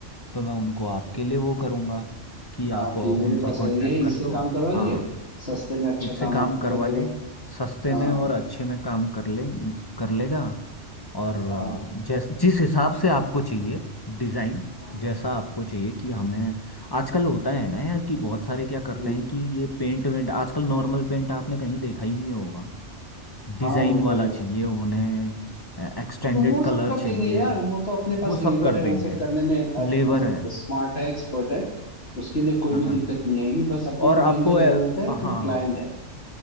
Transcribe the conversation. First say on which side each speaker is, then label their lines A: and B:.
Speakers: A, on the left; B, on the left.
A: तो मैं उनको आपके लिए वो करूँगा कि आप
B: हाँ
A: अ,
B: कि
A: उनसे
B: मेरे पास
A: कांटेक्ट
B: ये है इससे
A: कर लो
B: काम करवाइए
A: हाँ
B: सस्ते में अच्छा
A: इससे
B: काम
A: काम
B: आपको
A: करवा
B: कर
A: ले
B: देगा
A: सस्ते
B: हाँ
A: में और अच्छे में काम कर ले कर लेगा और अ,
B: हाँ
A: जैस जिस हिसाब से आपको चाहिए डिज़ाइन
B: हाँ
A: जैसा आपको चाहिए कि हमें आजकल होता है ना यार कि बहुत सारे क्या करते
B: हम्म,
A: हैं कि ये पेंट वेंट आजकल नॉर्मल पेंट आपने कहीं देखा ही नहीं होगा डिज़ाइन
B: हाँ वो
A: वाला
B: तो है
A: चाहिए उन्हें एक्सटेंडेड
B: तो वो सब
A: कलर
B: कर
A: चाहिए
B: देंगे यार वो तो अपने पास
A: वो सब
B: लेबर
A: कर
B: है
A: देंगे
B: वो सब करने में अ,
A: लेबर
B: मतलब
A: है
B: स्मार्ट है एक्सपर्ट है उसके लिए कोई
A: हाँ
B: भी दिक्कत नहीं आएगी बस अपने
A: और
B: को
A: आपको
B: मेन जो
A: अ,
B: जरूरत है कि
A: हाँ
B: क्लाइंट है